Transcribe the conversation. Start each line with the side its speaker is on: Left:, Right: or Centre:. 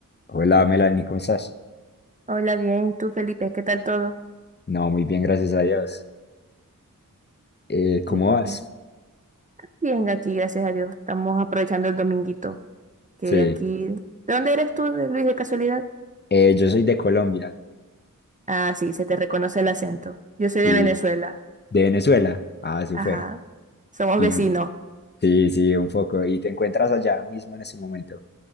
Left: Hola Melanie, ¿cómo estás?
Right: Hola, bien, ¿y tú, Felipe? ¿Qué tal todo?
Left: No, muy bien, gracias a Dios. Eh, ¿cómo
Right: Qué
Left: vas?
Right: bueno. Bien, aquí, gracias a Dios. Estamos aprovechando el dominguito. Que
Left: Sí,
Right: aquí. ¿De dónde eres tú, de- Luis, de casualidad?
Left: Eh, yo soy de Colombia
Right: Ah, sí, se te reconoce el acento. Yo soy
Left: y
Right: de Venezuela.
Left: de Venezuela. Ah, súper.
Right: Ajá. Somos
Left: Y
Right: vecinos.
Left: sí, sí, un poco. ¿Y te encuentras allá mismo en ese momento?